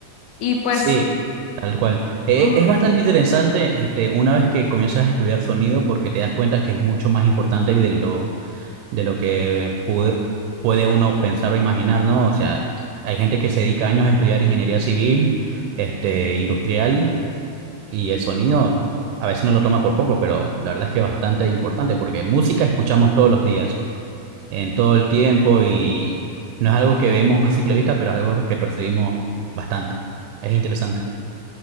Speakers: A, on the left; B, on the right.
A: Y pues
B: Sí, tal cual. Eh,
A: mm,
B: es bastante interesante este, una vez que comienzas a estudiar sonido porque te das cuenta que es mucho más importante de lo, de lo que pude- puede uno pensar o imaginar, ¿no? O sea, hay gente que se dedica años a estudiar ingeniería civil, este, industrial, y el sonido a veces uno lo toma por poco, pero la verdad es que es bastante importante porque música escuchamos todos los días, en todo el tiempo, y no es algo que vemos a simple vista, pero es algo que percibimos bastante. Es interesante.